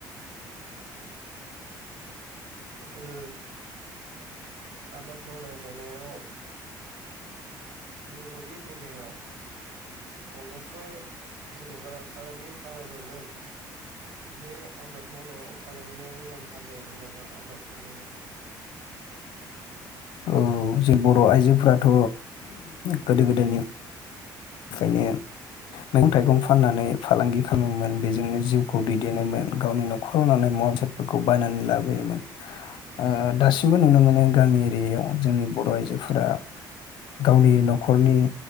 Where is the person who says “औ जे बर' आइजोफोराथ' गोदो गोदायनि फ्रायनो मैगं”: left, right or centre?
Left